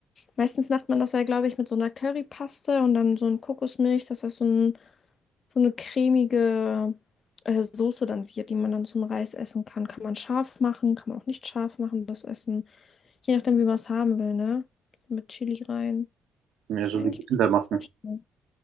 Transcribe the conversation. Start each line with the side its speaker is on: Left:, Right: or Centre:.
Left: Meistens macht man das ja, glaube ich, mit so einer Currypaste und dann so ein Kokosmilch, dass das so ein, so eine cremige äh, Soße dann wird, die man dann zum Reis essen kann. Kann man scharf machen, kann man auch nicht scharf machen, das Essen. Je nachdem, wie man es haben will, ne? Mit Chili rein.
Right: Ja,
Left: Ich
Right: so
Left: mir eigentlich
Right: wie die
Left: ganz
Right: Inder
Left: gut
Right: machen.
Left: vorstellen.